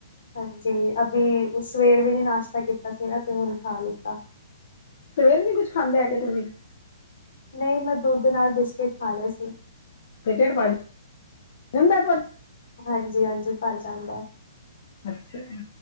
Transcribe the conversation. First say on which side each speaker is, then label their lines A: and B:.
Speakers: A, on the left; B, on the left.
A: ਹਾਂਜੀ, ਅਭੀ ਸਵੇਰ ਵੀ ਨੀ ਨਾਸ਼ਤਾ ਕੀਤਾ ਸੀ ਤੇ ਹੁਣ ਖਾ ਲਿੱਤਾ।
B: ਸਵੇਰ ਨੀ ਕੁਝ ਖਾਂਦੇ ਹੈਗੇ ਤੁਸੀਂ।
A: ਨਹੀਂ ਮੈਂ ਦੁੱਧ ਦੇ ਨਾਲ ਬਿਸਕਿਟ ਖਾ ਲੇ ਸੀ।
B: <unintelligible>
A: ਹਾਂਜੀ-ਹਾਂਜੀ ਭਰ ਜਾਂਦਾ।
B: ਅੱਛਾ ਜੀ,